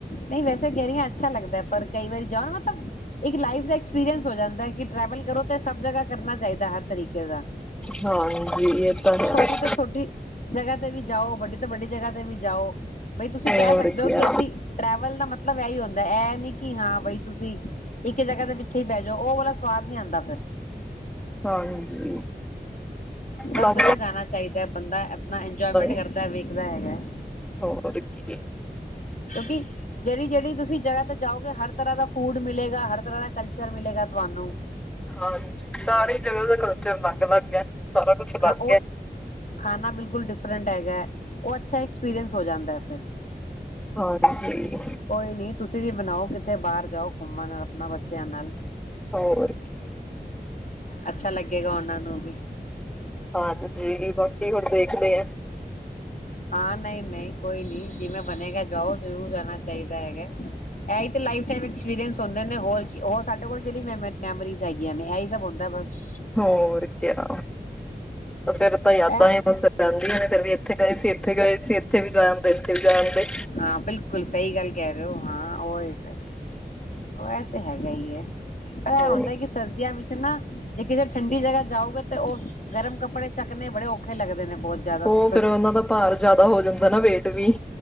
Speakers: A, on the left (about 50°); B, in the centre.
A: ਨਹੀਂ ਵੈਸੇ ਕਹਿ ਰਹੀ ਆਂ, ਅੱਛਾ ਲੱਗਦਾ ਪਰ ਕਈ ਵਾਰੀ ਜਾਓ ਤਾਂ ਇੱਕ ਲਾਈਫ ਦਾ ਐਕਸਪੀਰੀੰਸ ਹੋ ਜਾਂਦਾ ਕਿ ਟ੍ਰੈਵਲ ਕਰੋ ਤੇ ਸਭ ਜਗ੍ਹਾ ਕਰਨਾ ਚਾਹੀਦਾ, ਹਰ ਤਰੀਕੇ ਦਾ।
B: ਹਾਂਜੀ। ਤਾਂ ਹੈ
A: ਛੋਟੀ ਤੋਂ ਛੋਟੀ ਜਗ੍ਹਾ ਤੇ ਵੀ ਜਾਓ, ਵੱਡੀ ਤੇ ਬੜੀ ਜਗ੍ਹਾ ਤੇ ਵੀ ਜਾਓ। ਬਈ ਤੁਸੀਂ ਕਹਿ
B: ਹੋਰ
A: ਸਕਦੇ
B: ਕਿਆ
A: ਓ ਕਿ ਅਸੀਂ ਟਰੈਵਲ ਦਾ ਮਤ ਲਬ ਇਹੀ ਹੁੰਦਾ, ਅਈ ਨੀ ਕਿ ਹਾਂ ਬਈ ਤੁਸੀਂ ਇੱਕ ਜਗ੍ਹਾ ਦੇ ਪਿੱਛੇ ਹੀ ਪੈ ਜਾਓ, ਉਹ ਵਾਲਾ ਸਵਾਦ ਨੀ ਆਂਦਾ ਫਿਰ।
B: ਹਾਂਜੀ,
A: ਸਭ
B: ਬਲ
A: ਜਗ੍ਹਾ ਜਾਣਾ ਚਾਹੀਦੈ, ਬੰਦਾ ਆਪਣਾ ਇੰਜੋਏਮੈਂਟ ਕਰਦਾ
B: ਏ
A: ਵੇਖਦਾ ਹੈਗਾ ਐ।
B: ਹੋਰ ਕੀ
A: ਕਿਉਂਕਿ ਜਿਹੜੀ ਜਿਹੜੀ ਤੁਸੀਂ ਜਗ੍ਹਾ ਤੇ ਜਾਓਗੇ, ਹਰ ਤਰ੍ਹਾਂ ਦਾ ਫੂਡ ਮਿਲੇਗਾ, ਹਰ ਤਰ੍ਹਾਂ ਦਾ ਕਲਚਰ ਮਿਲੇਗਾ ਤੁਹਾਨੂੰ।
B: ਹਾਂਜੀ, ਸਾਰੀ ਜਗ੍ਹਾ ਦਾ ਕਲਚਰ ਅਲੱਗ ਅਲੱਗ ਐ। ਸਾਰਾ ਕੁਛ ਅਲੱਗ
A: ਹਾਂ ਉਹ
B: ਐ।
A: ਖਾਣਾ ਬਿਲਕੁਲ ਡਿਫਰੈਂਟ ਹੈਗਾ, ਉਹ ਅੱਛਾ ਐਕਸਪੀਰੀਅੰਸ ਹੋ ਜਾਂਦਾ ਏ ਫਿਰ।
B: ਹਾਂਜੀ
A: ਕੋਈ ਨੀ ਤੁਸੀਂ ਵੀ ਬਣਾਓ, ਕਿੱਥੇ ਬਾਹਰ ਜਾਓ ਘੁੰਮਣ ਆਪਣਾ ਬੱਚਾ ਧਿਆਨ ਨਾਲ
B: ਹੋਰ ਕੀ
A: ਅੱਛਾ ਲੱਗੇਗਾ ਉਹਨਾ ਨੂੰ ਵੀ।
B: ਹਾਂਜੀ ਬਾਕੀ ਹੁਣ ਦੇਖਦੇ ਐਂ।
A: ਹਾਂ ਨਈ-ਨਈ ਕੋਈ ਨੀ, ਜਿਵੇਂ ਬਣੇਗਾ ਜਾਔ ਜਰੂਰ ਜਾਣਾ ਚਾਹੀਦਾ ਹੈਗੈ। ਐਈ ਤੇ ਲਾਈਫ ਟਾਈਮ ਐਕਸਪੀਰੀਅਂਸ ਹੁੰਦੇ ਨੇ ਹੋਰ ਕੀ, ਹੋਰ ਸਾਡੇ ਕੋਲ ਕਿਹੜੀ ਮੈਮ ਮੈਮਰਿਜ਼ ਹੈਗੀਆਂ ਨੇ ਐਈ ਸਭ ਹੁੰਦਾ ਐ ਬਸ।
B: ਹੋਰ ਕਿਆ ਫੇਰ ਤਾਂ ਯਾਦਾਂ
A: ਇਹ
B: ਈ ਬਸ ਰਹਿੰਦੀਆਂ ਨੇ ਫੇਰ ਵੀ ਇੱਥੇ ਗਏ ਸੀ, ਇੱਥੇ ਗਏ ਸੀ, ਇੱਥ ਇੱਥੇ ਵੀ ਬੈ ਆਂਦੇ। ਵੀ ਜਾ ਆਂਦੇ
A: ਹਾਂ ਬਿਲਕੁਲ ਸਈ ਗੱਲ ਕਹਿ ਰਏ ਔ। ਹਾਂ ਔ ਹੇ ਤੇ ਔ ਐ ਤੇ ਹੈਗਾ ਈ ਏ। ਪਰ ਇਹ
B: ਹੋਰ
A: ਹੁੰਦੈ ਕਿ ਸਰਦੀਆਂ ਵਿੱਚ ਨਾ ਜ ਕਿ ਜੇ ਠੰਡੀ ਜਗਾ ਜਾਔਗੇ ਤੇ ਉਹ ਗਰਮ ਕੱਪੜੇ ਚੱਕਣੇ ਬੜੇ ਔਖੇ ਲੱਗਦੇ ਨੇ। ਬਹੁਤ ਜ਼ਿਆਦਾ
B: ਔਹ
A: ਸਭ ਤੋਂ
B: ਫੇਰ ਉਹਨਾਂ ਦਾ ਭਾਰ ਜਿਆਦਾ ਹੋ ਜਾਂਦਾ ਨਾ, ਵੇਟ ਵੀ।